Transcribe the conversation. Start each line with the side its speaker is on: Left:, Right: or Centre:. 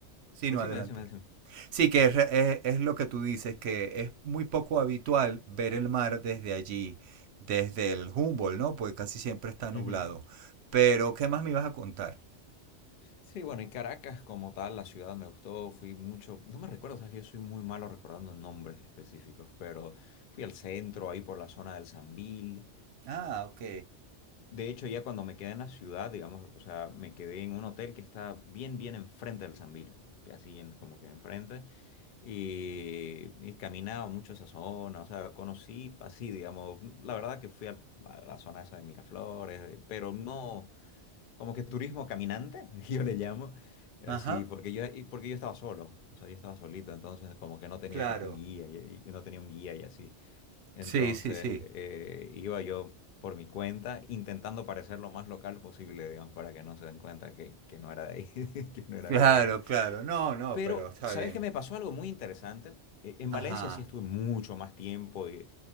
Right: Sí,
Left: Decime,
Right: no, adelante.
Left: decime, decime.
Right: Sí, que es, es- es lo que tú dices, que es muy poco habitual ver el mar desde allí, desde el Humboldt, ¿no? Porque casi siempre está nublado.
Left: Ujú.
Right: Pero, ¿qué más me ibas a contar?
Left: Sí, bueno, y Caracas como tal, la ciudad me gustó, fui mucho, no me recuerdo, sabes, que yo soy muy malo recordando nombres específicos, pero fui al centro, ahí por la zona del Sambil,
Right: Ah, ok.
Left: De hecho, ya cuando me quedé en la ciudad, digamos, o sea, me quedé en un hotel que está bien, bien enfrente del Sambil, así en- como que enfrente, y, y caminaba mucho esa zona, o sea, conocí así, digamos, la verdad que fui al- a la zona esa de Miraflores, de- pero no, como que turismo caminante, <laughs> yo le llamo, así,
Right: Ajá,
Left: porque yo, y porque yo estaba solo, o sea, yo estaba solito, entonces como que no tenía
Right: claro.
Left: tipo un guía, y, y no tenía un guía y así. Entonces,
Right: Sí, sí, sí.
Left: eh, iba yo por mi cuenta intentando parecer lo más local posible, digamos, para que no se den cuenta que, que no era de ahí, <laughs> que no era
Right: Claro,
Left: del lugar.
Right: claro. No, no,
Left: Pero,
Right: pero está
Left: ¿sabes
Right: bien.
Left: qué? Me pasó algo muy interesante. Eh, En
Right: Ajá.
Left: Valencia sí estuve mucho más tiempo y,